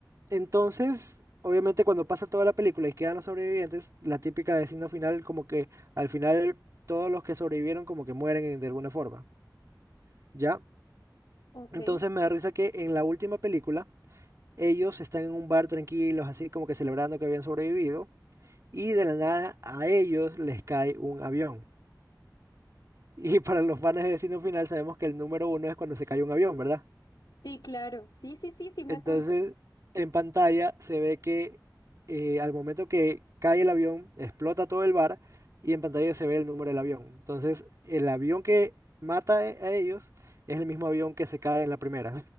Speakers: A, on the right; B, on the left.
A: Entonces, obviamente cuando pasa toda la película y quedan los sobrevivientes, la típica de Final como que al final todos los que sobrevivieron como que mueren de alguna forma, ¿ya?
B: Ok.
A: Entonces me da risa que en la última película Ellos están en un bar tranquilos, así como que celebrando que habían sobrevivido, y de la nada a ellos les cae un avión. Y <laughs> para los fans de Destino Final sabemos que el número uno es cuando se cae un avión, ¿verdad?
B: Sí, claro. Sí, sí, sí, sí, me
A: Entonces,
B: acuerdo.
A: en pantalla se ve que eh, al momento que cae el avión, explota todo el bar y en pantalla se ve el número del avión. Entonces, el avión que mata a a ellos es el mismo avión que se cae en la primera.